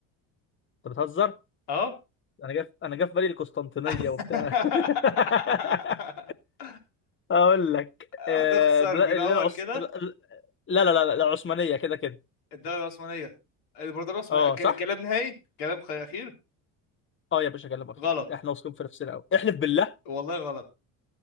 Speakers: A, on the left; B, on the left.
A: انت بتهزر
B: اه
A: انا جاف انا جاف بالي القسطنطينيه
B: <laughs>
A: وبتاع <laughs> اقول لك آه
B: هتخسر
A: بلا...
B: من الاول
A: اللي العص...
B: كده
A: لا لا لا لا العثمانيه كده كده
B: الدوله العثمانيه الامبراطوريه العثمانيه
A: اه
B: كل-
A: صح
B: كلام نهائي كلام خ- اخير
A: اه يا باشا كلامك خير
B: غلط
A: احنا واثقين في نفسنا قوي احلف بالله
B: والله غلط